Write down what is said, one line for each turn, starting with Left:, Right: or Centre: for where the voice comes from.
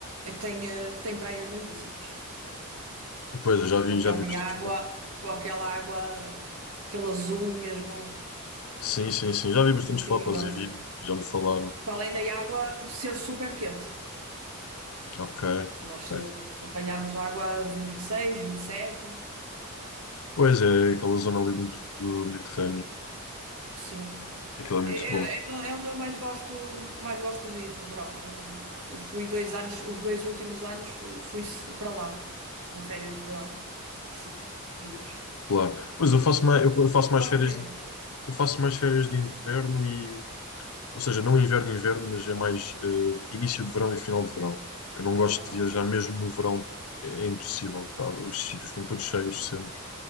Right: Tem, eh, tem praias lindíssimas.
Left: Pois, eu já
Right: E
Left: vi,
Right: com
Left: já
Right: aquela
Left: vi bastantes
Right: água,
Left: fotos.
Right: com aquela água, aquele azul mesmo
Left: Sim, sim, sim. Já vi bastantes
Right: incrível.
Left: fotos e vídeos, já me falaram.
Right: Para além da água ser super quente.
Left: Ok,
Right: Nós
Left: ok.
Right: eh, apanhámos água a vinte e seis, vinte e sete,
Left: Pois é, aquela zona ali do, do Mediterrâneo.
Right: Sim.
Left: Aquilo é
Right: É,
Left: muito
Right: é,
Left: bom,
Right: é é onde eu mais gosto, mais gosto de ir no verão. Eu fu- fui dois anos, os dois últimos anos fu- fui se- para lá, nas férias de verão, seguidos.
Left: claro.
Right: Porque
Left: Pois eu faço mais, eu faço mais
Right: gosto
Left: férias
Right: mesmo.
Left: Eu faço mais férias de inverno e, ou seja, não inverno, inverno, mas é mais eh, início de verão e final de verão. Eu não gosto
Right: Ah,
Left: de
Right: ok.
Left: viajar mesmo no verão porque é, é impossível, tá? Os sítios estão todos cheios sempre.